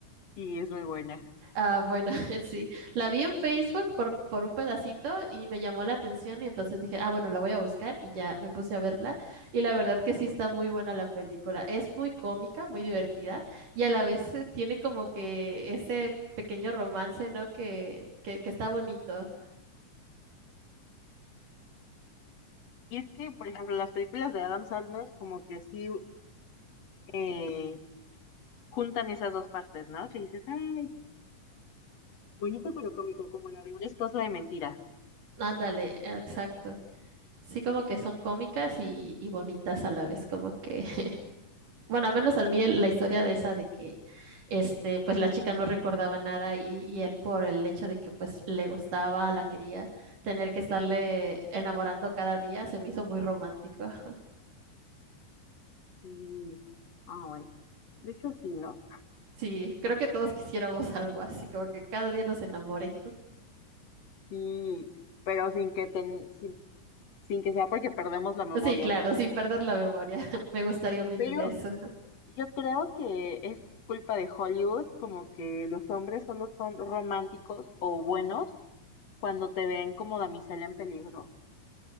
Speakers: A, on the left; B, on the right.
A: y es muy buena.
B: Ah, bueno, <laughs> sí. La vi en Facebook por, por un pedacito y me llamó la atención y entonces dije, ah, bueno, la voy a buscar y ya me puse a verla. Y la verdad que sí está muy buena la película. Es muy cómica, muy divertida y a la vez eh, tiene como que ese pequeño romance, ¿no? Que, que, que está bonito.
A: Y es que, por ejemplo, las películas de Adam Sandler como que sí eh, juntan esas dos partes, ¿no? Que dices, ay, Bonito pero cómico, como la de una esposa de mentiras.
B: Ándale, exacto. Sí, como que son cómicas y, y bonitas a la vez, como que Bueno, al menos al mí la historia de esa de que este, pues la chica no recordaba nada y, y él por el hecho de que pues le gustaba, la quería, tener que estarle enamorando cada día, se me hizo muy romántico. <laughs>
A: Mm, ay, de hecho sí, ¿no?
B: Sí, creo que todos quisiéramos <laughs> algo así, como que cada día nos enamore.
A: Sí, pero sin que ten- sin, sin que sea porque perdemos la memoria,
B: Sí, claro,
A: ¿sabes?
B: sin perder la memoria. <laughs> Me gustaría omitir
A: Pero
B: eso.
A: yo creo que es culpa de Hollywood, como que los hombres solo son románticos o buenos cuando te ven como damisela en peligro.